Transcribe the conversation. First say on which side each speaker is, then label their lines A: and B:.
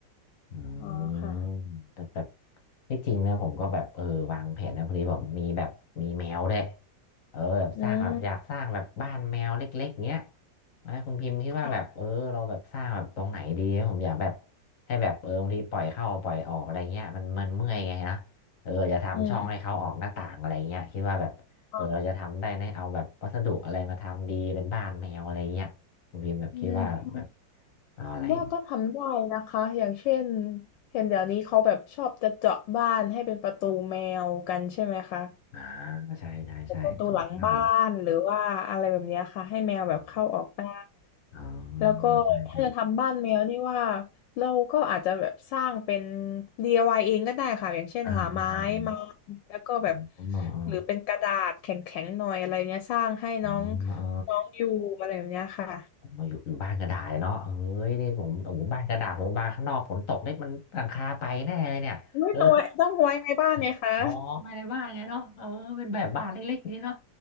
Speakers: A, on the left (about 55°); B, on the left (about 80°).
A: อืม
B: อ๋อค่ะ
A: แต่แบบที่จริงนะผมก็แบบเออวางแผนนะพอดีผมมีแบบมีแมวด้วยเออแบบสร้างแบบอยากสร้างแบบบ้านแมวเล็กๆเงี้ย
B: อืม
A: ไหม่คุณพิมพ์คิดว่าแบบเออเราแบบสร้างแบบตรงไหนดีผมอยากแบบ
B: ค่ะ
A: ให้แบบเออบางทีปล่อยเข้าปล่อยออกอะไรเงี้ยมันมันเมื่อยไงนะ เอออย่าทำช่องให้เขาออกหน้าต่างอะไรเงี้ยคิดว่าแบบเออเราจะทำได้ไหมเอาแบบวัสดุอะไรมาทำดีเป็นบ้านแมวอะไรเงี้ยคุณพิมพ์แบบคิดว่าแบบ
B: อืมอมอืม
A: เอาอะไรดี
B: ว่าก็ทำได้นะคะอย่างเช่นเห็นเดี๋ยวนี้เขาแบบชอบจะเจาะบ้านให้เป็นประตูแมวกันใช่ไหมคะ
A: อ่าใช่ใช่ใช่ชอบมากเลย
B: ประตูหลังบ้านหรือว่าอะไรแบบเนี้ยค่ะให้แมวแบบเข้าออกได้
A: อ๋ออ๋อ
B: แล้วก็ถ้าจะทำบ้านแมวนี่ว่า
A: ใช่ใช่
B: เราก็อาจจะแบบสร้างเป็น DIY เองก็ได้ค่ะอย่างเช่นหาไม้มา
A: อ่าอืมอืมอืม
B: แล้วก็แบบ
A: อืมเออ
B: หรือเป็นกระดาษแข็งๆหน่อยอะไรเนี้ยสร้างให้น้อง
A: เออเออ
B: น้องอยู่อะไรแบบเนี้ยค่ะ
A: ผมมาอยู่อยู่บ้านกระดาษเนาะเอ้ยนี่ผมโอ้โหบ้านกระดาษผมบ้านข้างนอกฝนตกได้มันหลังคาไปแน่เลยเนี่ยเออ
B: อุ๊ยต้องไว้ต้องไว้ในบ้านเนี่ยค่ะ
A: <laughs> อ๋อไม่ได้บ้านไงเนาะเออเป็นแบบบ้านเล็กๆนี่เนาะ